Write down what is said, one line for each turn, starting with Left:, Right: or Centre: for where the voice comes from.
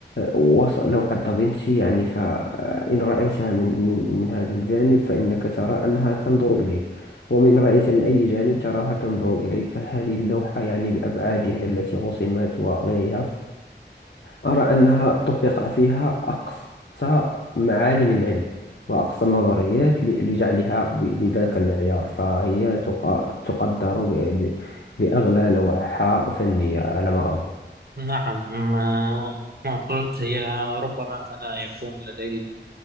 Left: وصل لوحة دافنشي يعني فإن رأيتها من من من هذا الجانب فإنك ترى أنها تنظر إليك ومن رأيت من أي جانب تراها تنظر إليك فهذه اللوحة يعني بأبعادها التي رسمت وغيرها أرى أنها طبق فيها أقصى معالم العلم وأقصى النظريات ل- لجعلها ب- بذاك المعيار فهي تق- تقدر ب- ب- بأغلى لوحة فنية على ما أظن
Right: نعم ما ما قلت هي ربما أنا يكون لدي